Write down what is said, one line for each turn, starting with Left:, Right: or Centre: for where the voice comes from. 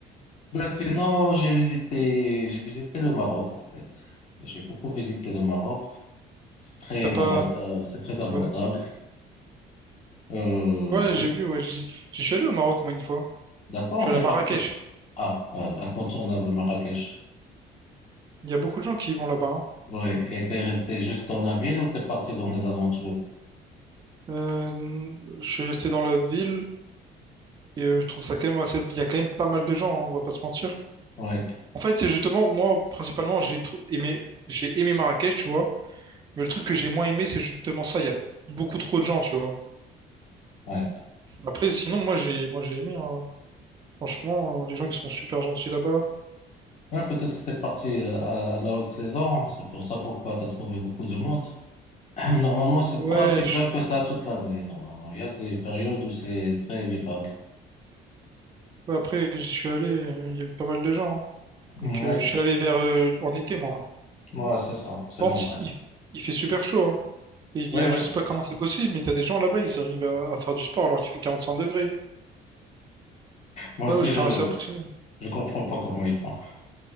Left: Ben sinon, j'ai visité, j'ai visité le Maroc en fait. J'ai beaucoup visité le Maroc. C'est très
Right: T'as pas.
Left: abordable, c'est très abordable.
Right: Ouais.
Left: Euh,
Right: Ouais, j'ai
Left: oui,
Right: vu, ouais. J'y j'y suis allé au Maroc, moi, une fois.
Left: D'accord,
Right: Je suis allé
Left: t'es
Right: à Marrakech.
Left: parti. Ah, euh, incontournable Marrakech.
Right: Il y a beaucoup de gens qui y vont là-bas. hein.
Left: Oui, et t'es resté juste dans la ville ou t'es parti dans les alentours?
Right: Euh, je suis resté dans la ville et euh, je trouve ça quand même assez. Il y a quand même pas mal de gens, hein, on va pas se mentir.
Left: Oui,
Right: En fait, c'est justement, moi, principalement, j'ai trou- aimé... j'ai aimé Marrakech, tu vois. Mais le truc que j'ai moins aimé, c'est justement ça. Il y a beaucoup trop de gens, tu vois.
Left: oui.
Right: Après, sinon, moi, j'ai moi, j'ai aimé. hein. Franchement, euh, les gens qui sont super gentils là-bas.
Left: Ouais, peut-être que t'es parti euh, à, à la haute saison, c'est pour ça pourquoi t'as trouvé beaucoup de monde. <laughs> <clears throat> Normalement, c'est
Right: Ouais,
Left: pas si plein que ça toute l'année, normalement. Il y a des périodes où c'est très vivable.
Right: Bah, Après, j'y suis allé, euh, il y avait pas mal de gens. hein.
Left: Ouais,
Right: Donc, euh, je suis allé vers euh, en été, moi.
Left: ouais, c'est ça, c'est
Right: Lente,
Left: normal.
Right: il, il fait super chaud. Hein. Et
Left: Oui,
Right: il y a-
Left: oui.
Right: je sais pas comment c'est possible, mais t'as des gens là-bas, ils arrivent à, à faire du sport alors qu'il fait 45 degrés.
Left: Moi
Right: Ouais,
Left: aussi,
Right: ouais, j'étais
Left: je,
Right: assez impressionné.
Left: je comprends pas comment ils font.